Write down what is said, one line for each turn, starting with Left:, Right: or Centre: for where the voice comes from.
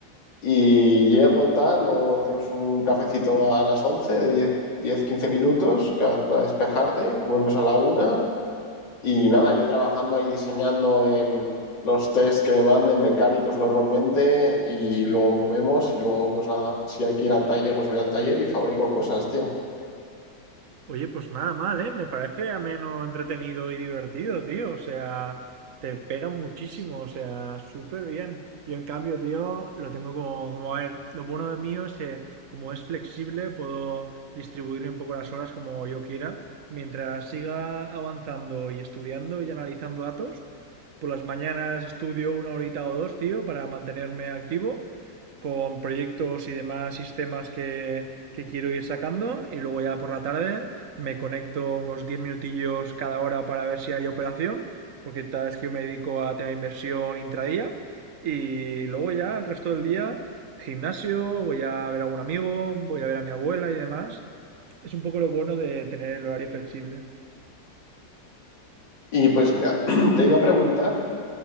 Left: Y llego tal, luego tenemos un cafecito a las 11 de 10 15 minutos ca- para despejarte, comemos a la una y nada, yo trabajando ahí diseñando en los tests que me manden mecánicos normalmente y luego comemos y luego pues nada, si hay que ir al taller pues voy al taller y fabrico cosas, tío.
Right: Oye, pues nada mal, ¿eh? Me parece ameno, entretenido y divertido, tío. O sea, te pega muchísimo, o sea, súper bien. Yo en cambio, tío, lo tengo como, como, a ver, lo bueno de mío es que como es flexible, puedo distribuir un poco las horas como yo quiera. Mientras siga avanzando y estudiando y analizando datos, por las mañanas estudio una horita o dos, tío, para mantenerme activo con proyectos y demás sistemas que, que quiero ir sacando. Y luego ya por la tarde me conecto unos 10 minutillos cada hora para ver si hay operación, porque tal vez que yo me dedico a tener inversión intradía, y luego ya el resto del día gimnasio, voy a ver a algún amigo, voy a ver a mi abuela y demás. Es un poco lo bueno de tener el horario flexible.
Left: Y pues mira, <clears throat> te iba a preguntar,